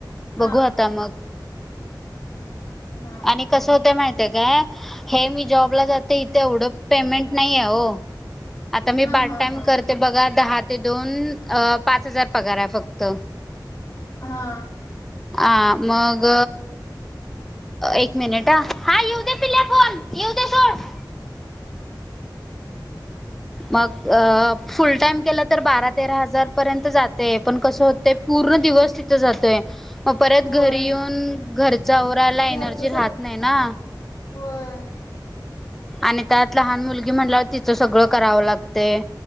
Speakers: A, on the left; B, in the centre.
A: हा
B: बघू आता मग
A: हा,
B: आणि कसं होत माहितेय काय? हे मी जॉबला जाते, इथे एवढं पेमेंट नाही आहे ओ. आता मी
A: हा
B: पार्ट
A: हा
B: टाइम
A: हा
B: करते बघा दहा ते दोन, पाच हजार पगार आहे फक्त.
A: हा,
B: आं,, मग एक मिनिट ह, हा येऊ दे पिल्या फोन,, येऊ दे सोड. मग फुल टाइम केलं तर बारा तेरा हजार पर्यंत जातेय, पण कस ते पूर्ण दिवस तिथं जातोय. मग परत
A: होय
B: घरी येऊन, घरचा आवरायला
A: घरचं
B: एनर्जी राहत
A: सग
B: नाही ना.
A: होय.
B: आणि त्यात लहान मुलगी म्हणल्यावर तिचं सगळं करावं लागतय.